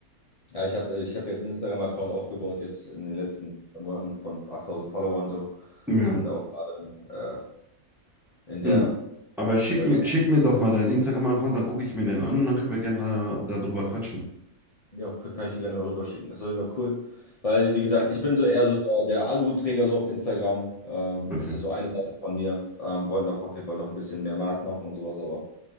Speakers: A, on the left (about 60°); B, in the centre.
A: ja, ich habe ich hab jetzt einen Instagram-Account aufgebaut, jetzt in den letzten Monaten von 8000 Followern so.
B: Ja.
A: Ich bin da auch gerade äh, in
B: Mhm.
A: der,
B: Aber schick
A: in der Sprache.
B: mir, schick mir doch mal deinen Instagram-Account, dann gucke ich mir den an und dann können wir gerne da, da drüber quatschen.
A: Ja, kann, kann ich dir gerne mal rüberschicken. Ist auf jeden Fall cool. Weil, wie gesagt, ich bin so eher so der, der Aluhutträger so auf Instagram. Ähm,
B: Okay,
A: es ist so eine Seite von mir. Ähm, wollte noch auf jeden Fall noch ein bisschen mehr Markt machen und sowas, aber